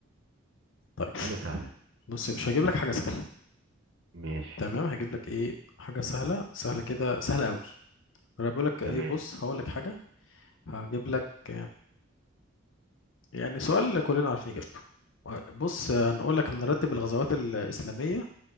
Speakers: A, on the left (about 65°); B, on the right (about 60°).
A: طيب
B: حاجة سهلة
A: بص يا باشا هجيب لك حاجة سهلة
B: ماشي
A: تمام هجيب لك ايه حاجة سهلة سهلة كده سهلة قوي انا بقول لك ايه
B: تمام
A: بص هقول لك حاجة هجيب لك آه، يعني سؤال كلنا عارفين اجابته آه، بص آه، هنقول لك هنرتب الغزوات الإسلامية